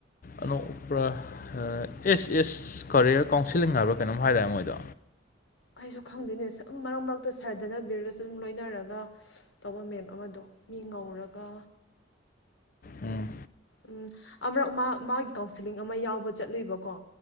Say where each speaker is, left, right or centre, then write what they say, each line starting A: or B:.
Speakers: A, on the left; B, on the left.
A: ꯑꯅꯣ꯭ꯞ ꯎꯞꯄ꯭ꯔ ꯑꯦꯁ ꯑꯦꯁ ꯀꯔꯤꯌꯔ ꯀꯥꯎꯟꯁꯤꯂꯤꯡ ꯍꯥꯏꯕ꯭ꯔꯥ ꯀꯩꯅꯣꯝ ꯍꯥꯏꯗꯥꯏꯅꯦ ꯃꯣꯏꯗꯣ
B: ꯑꯩꯁꯨ ꯈꯪꯗꯦꯅꯦ ꯁꯨꯝ ꯃꯔꯛ ꯃꯔꯛꯇ ꯁꯔ ꯗꯅꯕꯤꯔꯒꯁꯨ ꯑꯗꯨꯝ ꯂꯣꯏꯅꯔꯒ ꯇꯧꯕ ꯃꯦꯝ ꯑꯃꯗꯣ ꯃꯤ ꯉꯧꯔꯒ
A: ꯎꯝ
B: ꯎꯝ ꯑꯃꯨꯔꯛ ꯃꯥ ꯃꯥꯒꯤ ꯀꯥꯎꯟꯁꯤꯂꯤꯡ ꯑꯃ ꯌꯥꯎꯕ ꯆꯠꯂꯨꯏꯕꯀꯣ